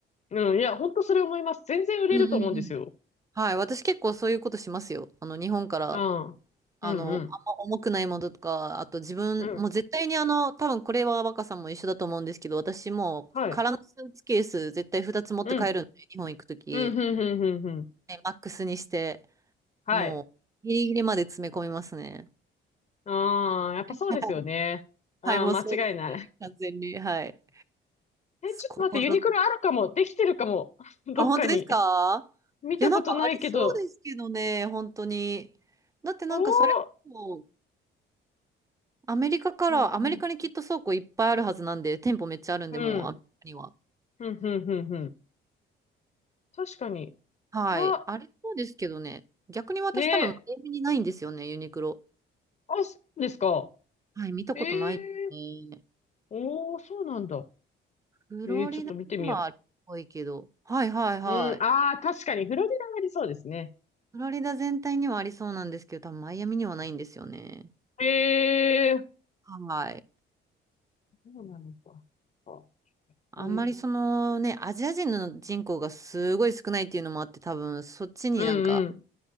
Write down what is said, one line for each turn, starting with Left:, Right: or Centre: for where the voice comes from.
Left: うん、いや、本当それ思います。全然売れると思うんですよ。
Right: うんうんうん。はい。私結構そういうことしますよ。あの、日本から
Left: うん。ああうんうん。
Right: あの、あんま重くないものとか、あと自分、
Left: うん。
Right: もう絶対にあの、多分これは若さんも一緒だと思うんですけど、私も空のスーツケース絶対2つ持って帰るんで、
Left: はい。うん。
Right: 日本行くとき、
Left: うん、ふんふんふんふん。
Right: ねマックスにして、
Left: はい。
Right: もうギリギリまで詰め込みますね。
Left: ああ、やっぱそうですよね。
Right: <laughs>
Left: ああ、
Right: はい、もうそうですね、
Left: 間違いない。
Right: 完全に。はい。
Left: <laughs> え、ちょっと待って、
Right: ここぞと。
Left: ユニクロあるかも。できてるかも。<laughs> どっかに。
Right: あ、本当ですかいや、
Left: 見たことないけど。
Right: なんかありそうですけどね、本当に。だってなんかそれこそ、
Left: おお。
Right: アメリカから、
Left: うん、
Right: アメリカにきっと倉庫いっぱいあるはずなんで、
Left: うん。
Right: 店舗めっちゃあるんで、
Left: うん、
Right: もうアメリカには。
Left: うん、うん、うん。うん確かに。
Right: はい。
Left: わ、
Right: あれそうですけどね。逆に私多分、
Left: ねえ。
Right: マイアミにないんですよね、ユニクロ。
Left: あ、そうですか。
Right: はい、見たことないです
Left: ええー。
Right: ね。
Left: おお、そうなんだ。
Right: フロリダにはあるっぽいけど。
Left: ええー、ちょっと見てみよ
Right: はいはいはい。
Left: う。うん、ああ、確かに、フロリダがありそうですね。
Right: フロリダ全体にはありそうなんですけど、多分マイアミにはないんですよね。
Left: ええー。
Right: はい。
Left: そうなのか。あ
Right: あんまりそのね、
Left: ねえ
Right: アジア人の人口がすごい少ないっていうのもあって、多分そっちになんか、
Left: うんうん